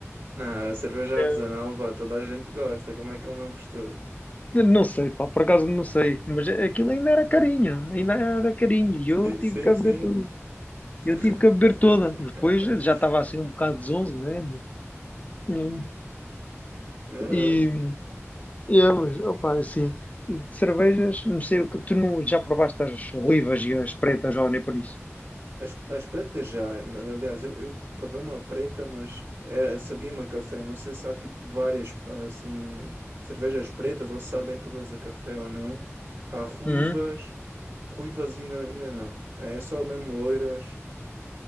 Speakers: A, on the right; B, on the left.
A: Não, a cerveja
B: É,
A: artesanal, pá, toda a gente gosta. Como é que ele não gostou?
B: Não sei, pá, por acaso não sei, mas aquilo ainda era carinho, ainda era carinho, e eu
A: Diz,
B: tive
A: Sim,
B: que a
A: sim.
B: beber tudo,
A: <laughs>
B: eu tive que a beber toda. Depois já estava assim um bocado zonzo, né? Mas, hum,
A: Não,
B: e,
A: não.
B: e é, mas, opa, assim, de cervejas, não sei o que, tu não, já provaste as ruivas e as pretas, ou nem por isso?
A: As, as pretas já, mas aliás, eu, eu provei uma preta, mas era, sabia-me a café. Não sei se há tipo várias assim cervejas pretas ou se sabem todas a café ou não. Pá, ruivas,
B: Hum?
A: ruivas ainda, ainda não. É só mesmo loiras.